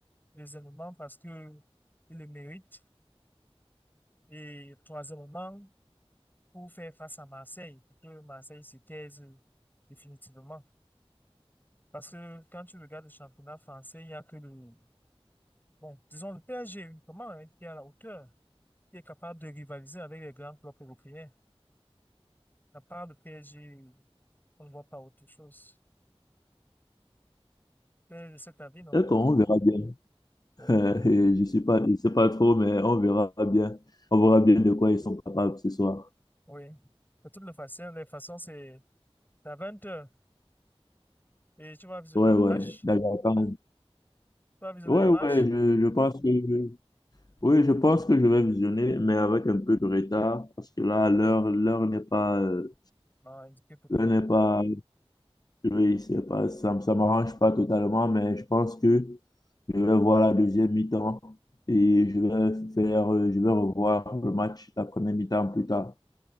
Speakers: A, on the left; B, on the left.
A: Deuxièmement, parce que il le mérite. Et troisièmement, pour faire face à Marseille, pour que Marseille se taise définitivement. Parce que quand tu regardes le championnat français, il n'y a que le, bon, disons le PSG uniquement, hein, qui est à la hauteur. qui est capable de rivaliser avec les grands clubs européens. À part le PSG, on ne voit pas autre chose. C'est cet avis, non?
B: D'accord, on verra bien. <laughs>
A: Oui.
B: Euh, je suis pas, je sais pas trop, mais on verra bien. On verra bien de quoi ils sont capables ce soir.
A: Oui. De toutes les façons, les façons, c'est à 20h et tu vas visionner
B: Ouais,
A: le
B: ouais.
A: match.
B: D'accord. quand
A: Tu vas visionner
B: Ouais,
A: le match.
B: ouais. Je, je pense que, oui, je pense que je vais visionner, mais avec un peu de retard, parce que là, l'heure, l'heure n'est pas, euh,
A: Ah, indiqué pour
B: l'heure
A: toi.
B: n'est pas, oui, c'est pas, ça, me- ça m'arrange pas totalement, mais je pense que je vais voir la deuxième mi-temps et je vais faire, euh, je vais revoir le match, la première mi-temps plus tard.